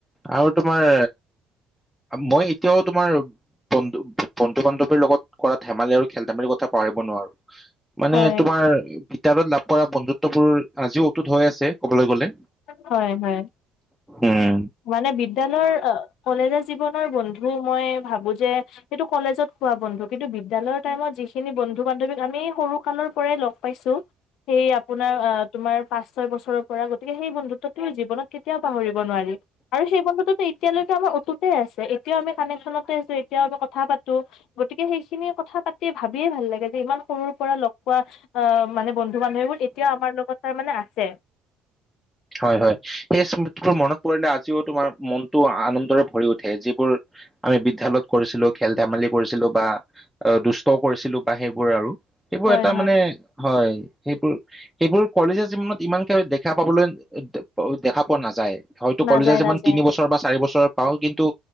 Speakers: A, in the centre; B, on the left.
A: আৰু তোমাৰ মই এতিয়াও তোমাৰ বন্ধু বন্ধু বান্ধৱীৰ লগত কৰা ধেমালি আৰু খেল ধেমালিৰ কথা পাৰিব নোৱাৰো মানে
B: হয়
A: তোমাৰ তাৰ পৰা <unintelligible> পৰা বন্ধুত্ববোৰ আজিও ত হৈ আছে ক'বলে গ'লে
B: হয় হয়
A: উম
B: মানে বিদ্যালয়ৰ অ কলেজ জীৱনৰ বন্ধু মই ভাবোঁ যে সেইটো কলেজত পোৱা বন্ধু কিন্তু বিদ্যালয়ৰ টাইমত যিখিনি বন্ধু বান্ধৱীক আমি সৰু কালৰ পৰাই লগ পাইছোঁ সেই আপোনাৰ তোমাৰ পাঁচ ছয় বছৰৰ পৰা গতিকে সেই বন্ধুত্বটো জিৱনত কেতিয়াও পাহৰিব নোৱাৰি। আৰু সেই বন্ধুত্বটো এতিয়ালৈকে আমাৰ অতুতে আছে এতিয়াও আমি কানেকচনতে আছোঁ এতিয়াও আমি কথা পাতো গতিকে সেইখিনি কথা পাতি ভাবিয়ে ভাল লাগে যে ইমান সৰুৰ পৰা লগ পোৱা মানে বন্ধু বন্ধু বান্ধৱীবোৰ এতিয়াও আমাৰ লগত তাৰ মানে আছে
A: হয় হয় সেই স্মৃতিবোৰ মনত পৰিলে আজিও তোমাৰ মনটো আনন্দৰে ভৰি উঠে যিবোৰ আমি বিদ্যালয়ত কৰিছিলো খেল ধেমালি কৰিছিলো বা দুষ্টও কৰিছিলো বা সেইবোৰ আৰু সেইবোৰ
B: হয়
A: এটা মানে, হয় সেইবোৰ সেইবোৰ কলেজীয়া জীৱনত ইমানকে। সেয়া পাবলৈ। ় <unintelligible> দেখা পোৱা নাযায় হয়তো
B: নাযায়
A: কলেজীয়া জীৱন
B: নাযায়
A: তিনি বছৰ বা চাৰি বছৰ। পাও কিন্তু